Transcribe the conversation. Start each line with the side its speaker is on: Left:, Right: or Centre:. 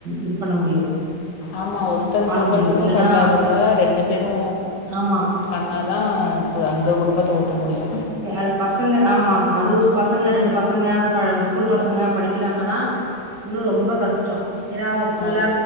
Right: இது பண்ண முடியு
Left: ஆமா ஒருத்தரு
Right: வாழ
Left: சம்பாதிக்கிறது
Right: முடியு இல்லன்னா
Left: பத்தாதுல்ல ரெண்டு பேரு
Right: ஆமா
Left: பண்ணாதா அங்க குடும்பத்த ஓட்ட முடியு
Right: அ பசங்க ஆமாமா அது பசங்க ரெண்டு பசங்க ப ஸ்கூல் பசங்க படிக்கிறாங்கன்னா இன்னு ரொம்ப கஷ்டொ ஏன்னா அவங்க ஃபுல்லா
Left: ஆ,